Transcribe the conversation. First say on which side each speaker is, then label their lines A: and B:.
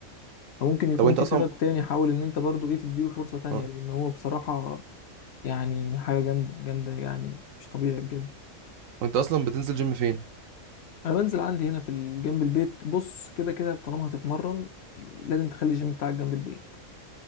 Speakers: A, on the left; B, on the right.
A: فممكن يكون
B: طب وانت
A: في
B: اصلا
A: سبب تاني حاول ان انت برضو ايه تديله فرصة تانية
B: اه
A: لان هو بصراحة يعني حاجة جامدة جامدة يعني مش طبيعي بجد
B: وانت اصلا بتنزل جيم فين
A: أنا بنزل عندي هنا في ال- جنب البيت بص كده كده طالما هتتمرن لازم تخلي الجيم بتاعك جنب البيت